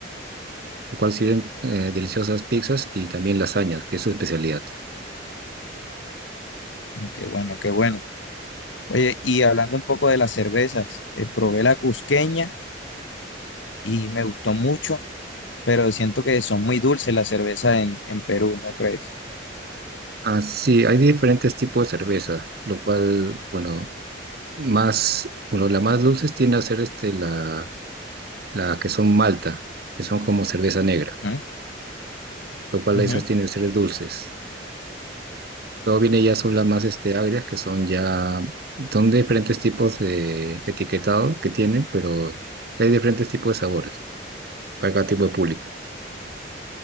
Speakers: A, on the right (about 55°); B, on the left (about 80°).
A: lo cual sirven eh, deliciosas pizzas y también lasañas, que es su especialidad.
B: Ah, Qué bueno, qué bueno. Oye, y hablando un poco de las cervezas, eh, probé la cusqueña y me gustó mucho, pero siento que son muy dulces las cervezas en, en Perú, ¿no crees?
A: Así, hay diferentes tipos de cerveza, lo cual, bueno, más, bueno, la más dulce tiene a ser este, la la que son malta, que son como cerveza negra,
B: ¿Mm?
A: lo cual
B: Ujú.
A: esas tienen ustedes dulces. Luego viene ya son las más este, agrias, que son ya, son diferentes tipos de etiquetado que tienen, pero hay diferentes tipos de sabores para cada tipo de público.